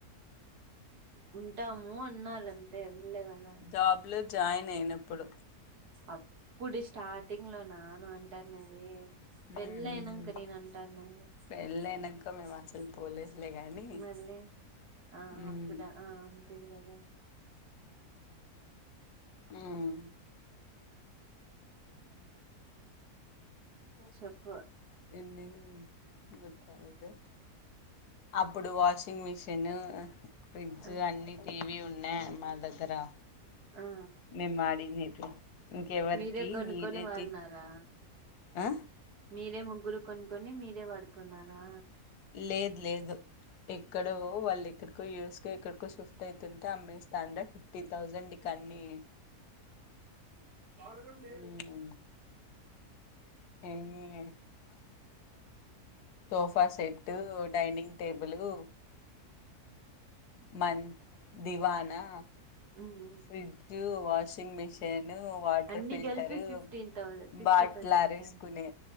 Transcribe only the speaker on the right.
అ ఉంటాము అన్నారు అంతే ఉండలేగదా
అప్పుడు స్టార్టింగ్ లో నా నువ్వు అంటానేది పెళ్ళి
అయినంక నే అంటునేది
లే అ ఆ
అప్పుడే ఆ ఉంటివి గదా
చెప్పు
ఆ
ఆ
మీరే కొనుక్కొని
వాడినారా
మీరే ముగ్గురు కొనుకోన్ని మీరే వడుకున్నారా
వాళగ లేే
మ్మ్ మ్మ్
అన్ని
కలిపి fifteen thousand fifty
thousand కే